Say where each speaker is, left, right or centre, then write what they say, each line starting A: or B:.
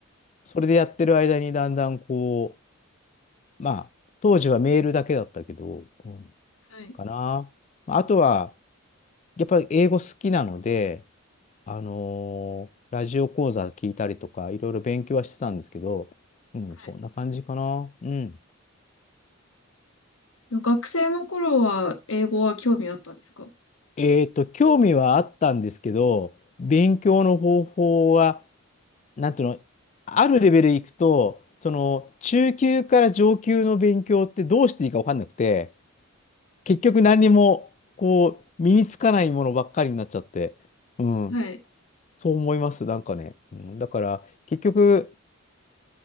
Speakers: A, on the left; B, on the left.
A: それでやってる間にだんだんこう、まあ、当時はメールだけだったけど、うん、
B: はい。
A: かな。まああとは、やっぱり英語好きなので、あのーラジオ講座聞いたりとか、いろいろ勉強はしてたんですけど、うん、
B: はい。
A: そんな感じかな。うん。
B: 学生の頃は英語は興味あったんですか
A: えっと、興味はあったんですけど、勉強の方法は、なんていうの、あるレベルいくと、その、中級から上級の勉強ってどうしていいか分かんなくて、結局何にも、こう、身につかないものばっかりになっちゃって、うん、
B: はい。
A: そう思います、なんかね。うん、だから、結局、